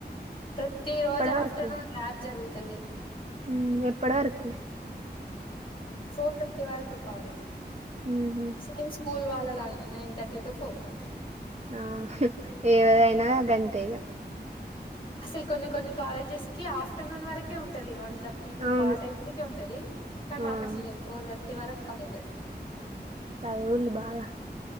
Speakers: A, on the left (about 30°); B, on the right (about 40°).
A: ప్రత్తీ రోజు
B: ఎప్పటి వరకు
A: ఆఫ్టర్నూన్ ఉంటది.
B: హ్మ్ ఎప్పడివరకు?
A: ఫోర్ థర్టీ వరకు. కాలేజ్.
B: ఊహు.
A: సేమ్ స్కూల్ వాళ్ళ లాగనె, nine thirty to four thirty.
B: ఆ హిహ్ ఏదైయినా గంతే ఇగ.
A: అసలు కొన్ని కొన్ని కాలేజెస్ కి, ఆఫ్టర్నూన్ వరకే ఉంటది మంత్. థర్టీ టూ
B: అవును
A: ఆ టైమ్ వరకే ఉంటదీ. కని మాకు
B: ఆ
A: అట్ల లేదు ఫోర్ థర్ టి వరకు కాలేజె.
B: చదవాలి బాగా